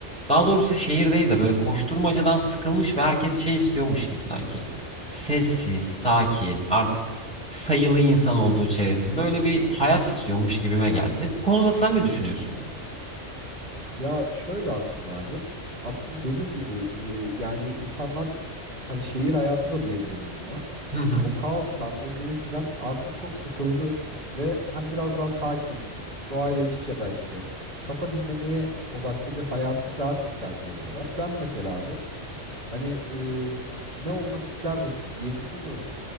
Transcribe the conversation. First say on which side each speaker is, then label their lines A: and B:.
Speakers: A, in the centre; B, on the right.
A: daha doğrusu şehir değil de böyle koşturmacadan sıkılmış ve herkes şey istiyormuş gibi sanki. Sessiz, sakin, artık sayılı insan olduğu çevresinde öyle bir hayat istiyormuş gibime geldi. Bu konuda sen ne düşünüyorsun?
B: Ya şöyle aslında abi. Aslında dediğin gibi e, yani insanlar hani şehir hayatı da diyebiliriz buna.
A: Hı hı.
B: O kaostan, o gürültüden artık çok sıkıldı ve hani biraz daha sakin, doğayla iç içe belki de kafa dinlemeye odaklı bir hayatı daha çok tercih ediyorlar. Ben mesela abi hani e, ne olmak isterdim diye düşünüyorum.